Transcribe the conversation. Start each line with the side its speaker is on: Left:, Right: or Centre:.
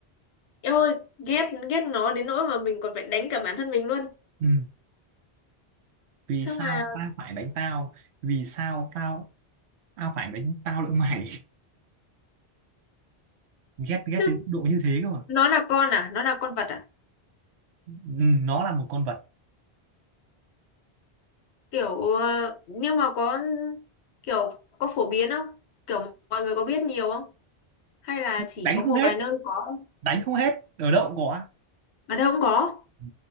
Left: Em ơi, ghét ghét nó đến nỗi mà mình còn phải đánh cả bản thân mình luôn.
Right: ừ. vì
Left: Sao
Right: sao
Left: mà
Right: tao phải đánh tao vì sao tao tao phải đánh tao lẫn mày <laughs> ghét ghét
Left: chứ
Right: đến mức độ như thế cơ mà
Left: nó là con à? Nó là con vật à?
Right: ừ, nó là một con vật
Left: kiểu ờ, nhưng mà có kiểu có phổ biến không kiểu mọi người có biết nhiều không hay là chỉ
Right: đánh
Left: có
Right: không
Left: một
Right: hết
Left: vài nơi có
Right: đánh không hết ở đâu cũng có
Left: ở đâu không có
Right: Ừ.